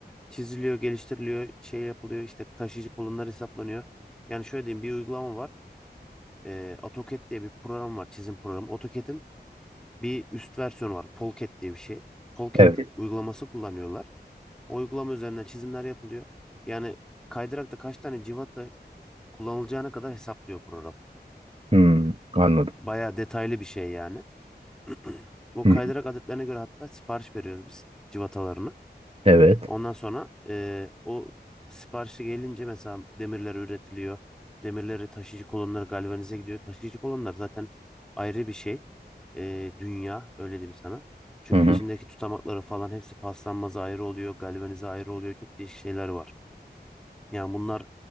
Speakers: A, in the centre; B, on the right.
A: Çiziliyor, geliştiriliyor, şey yapılıyor işte taşıyıcı kolonlar hesaplanıyor. Yani şöyle diyeyim bir uygulama var. Ee, AutoCAD diye bir program var çizim programı. AutoCAD'in bir üst versiyonu var. Polcat diye bir şey. Polcat
B: Evet.
A: uygulaması kullanıyorlar. Uygulama üzerinden çizimler yapılıyor. Yani kaydırakta kaç tane cıvata kullanılacağına kadar hesaplıyor program.
B: Hmm, anladım.
A: Bayağı detaylı bir şey yani. <clears throat> O
B: Hı,
A: kaydırak adetlerine göre hatta sipariş veriyoruz biz cıvatalarını.
B: evet.
A: Ondan sonra eee, o siparişi gelince mesela demirler üretiliyor. Demirleri taşıyıcı kolonları galvanize gidiyor. Taşıyıcı kolonlar zaten ayrı bir şey. Eee, dünya öyle diyeyim sana. Çünkü
B: Hı hı.
A: içindeki tutamakları falan hepsi paslanmaza ayrı oluyor. Galvanize ayrı oluyor. Çok değişik şeyler var. Yani bunlar